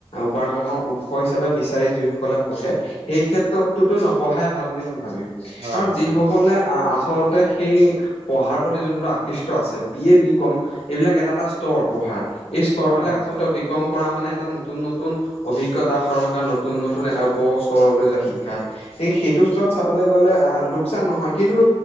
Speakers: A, on the left (about 75°); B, on the right (about 70°).
A: উপাৰ্জন উৎস হিচাপে বিচাৰি যিসকলে পঢ়ে সেই ক্ষেত্ৰতটোতো নপঢ়াই ভাল বুলি মই ভাবিম। কাৰণ
B: হয় হয় হয়
A: যিসকলে আ আচলতে সেই পঢ়াৰ প্ৰতি যোনটো আকৃষ্ট আছে বি এ বি কম এইবিলাক এটা এটা স্তৰ পঢ়াৰ। এই স্তৰ
B: হয়
A: বিলাক আচলতে অতিক্ৰম কৰা মানে এটা নতুন নতুন অভিজ্ঞতা আহৰণ কৰা নতুন নতুন এটা উপৰ স্তৰলৈ যোৱা শিক্ষা। সে সেইটো স্তৰত চাবলে গ'লে আহ লোকচান নহয় কিন্তু